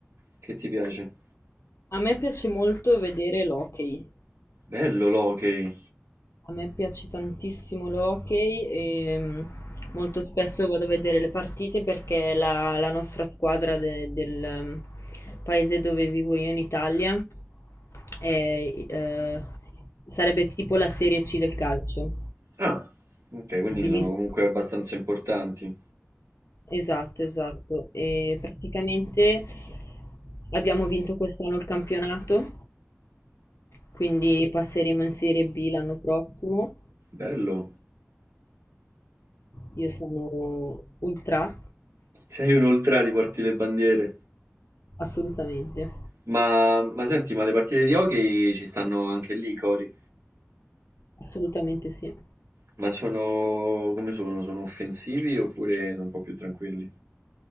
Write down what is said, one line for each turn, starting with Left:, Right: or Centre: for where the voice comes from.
Right: Che ti piace?
Left: A me piace molto vedere l'hockey.
Right: Bello l'hockey.
Left: A me piace tantissimo l'hockey e mm, molto spesso vado a vedere le partite perché la, la nostra squadra de- del mm, paese dove vivo io in Italia è, eh, sarebbe tipo la Serie C del calcio.
Right: Ah, ok, quindi
Left: È diviso-
Right: sono comunque abbastanza importanti.
Left: Esatto, esatto. E praticamente abbiamo vinto quest'anno il campionato, quindi passeremo in Serie B l'anno prossimo.
Right: Bello.
Left: Io sono ultra
Right: Sei un ultra, ti porti le bandiere.
Left: Assolutamente,
Right: Ma, ma senti, ma le partite di hockey ci stanno anche lì, Cori?
Left: assolutamente sì,
Right: Ma sono come sono? Sono offensivi oppure sono un po' più tranquilli?